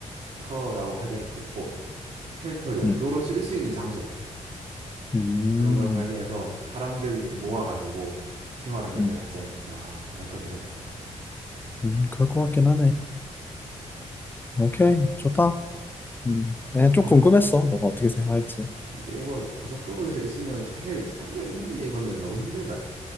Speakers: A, on the right (about 65°); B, on the left (about 15°).
A: 쉘터라고 하지 않고 쉘터 용도로
B: 음
A: 쓸 수 있는 장소
B: 음
A: 그런 걸 발견해서 사람들 모아가지고 생활한 게
B: 음
A: 제일 낫지 않나 나는 그렇게 생각해.
B: 음 그럴 것 같긴 하네. 오케이 좋다. 음 내가 좀
A: 아
B: 궁금했어. 너가 어떻게 생각할지.
A: 근데 이거 고속도로에서 있으면 사실 살기가 힘든데 이거는 너무 힘들다.